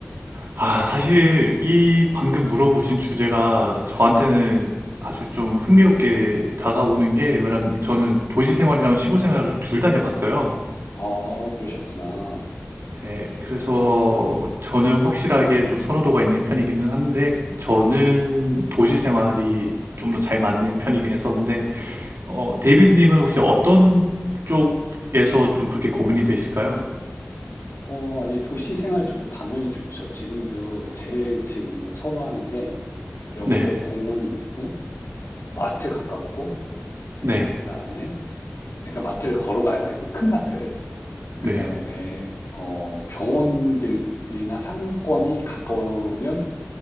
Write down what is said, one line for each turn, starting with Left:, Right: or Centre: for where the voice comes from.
Right: 아, 사실 이 방금 물어보신 주제가 저한테는 아주 좀 흥미롭게 다가오는 게, 왜냐면 저는 도시 생활이랑 시골 생활을 둘 다 해봤어요.
Left: 아, 그러셨구나.
Right: 예, 그래서 저는 확실하게 좀 선호도가 있는 편이기는 한데, 저는 도시 생활이 좀 더 잘 맞는 편이긴 했었는데, 어, 데이비드님은 혹시 어떤 쪽에서 좀 그렇게 고민이 되실까요?
Left: 어, 아니, 도시 생활 저도 당연히 좋죠. 지금도 제일 지금 선호하는 게, 옆에
Right: 네,
Left: 공원이 있고 마트 가깝고
Right: 네,
Left: 그다음에 그러니까 마트를 걸어가야 되고 큰 마트를
Right: 네.
Left: 그다음에 어 병원들이나 상권이 가까우면